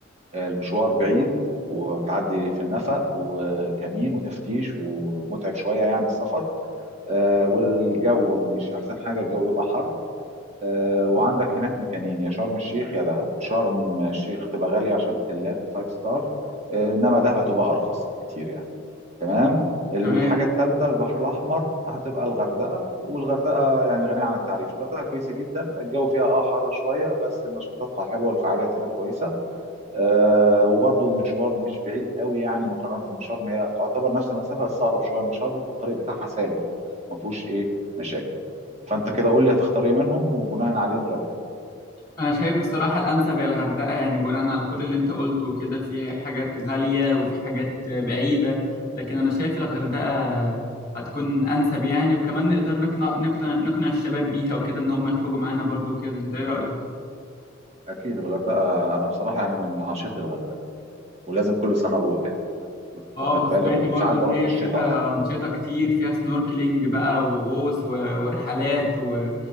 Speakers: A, on the right; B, on the left.
A: المشوار بعيد وبتعدي في النفق وكمين وتفتيش ومتعب شوية يعني السفر آه، والجو مش أحسن حاجة الجو بيبقى حر آه، وعندك هناك مكانين يا شرم الشيخ يا دهب شرم الشيخ هتبقى غالية عشان أوتيلات فايف ستار آه، إنما دهب هتبقى أرخص بكتير يعني تمام الحاجة
B: تمام
A: الثالثة البحر الأحمر هتبقى الغردقة والغردقة يعني غنية عن التعريف الغردقة كويسة جدا الجو فيها اه حر شوية بس نشاطاتها حلوة والفعاليات هناك كويسة آه وبرضه مشوار مش بعيد قوي يعني مقارنه بشرم هي تعتبر نفس المسافه بس اقرب شويه من شرم والطريق بتاعها سالك ما فيهوش ايه مشاكل فانت كده قول لي هتختار ايه منهم وبناء عليه نرتب
B: انا شايف بصراحه الانسب هي الغردقه يعني بناء على كل اللي انت قلته وكده في حاجات غاليه وفي حاجات بعيده لكن انا شايف الغردقه هتكون انسب يعني وكمان نقدر نقنع نقنع, نقنع الشباب بيها وكده ان هم يخرجوا معانا برضو وكده انت ايه رايك
A: اكيد الغردقه انا بصراحه يعني من عشاق الغردقه ولازم كل سنه اروح يعني
B: اه
A: واخد
B: وسمعت
A: بالك وساعات
B: برضو ان
A: بروح
B: هي
A: في الشتاء
B: فيها
A: اصلا
B: انشطه كتير فيها سنوركلينج بقى وغوص و- ورحلات و...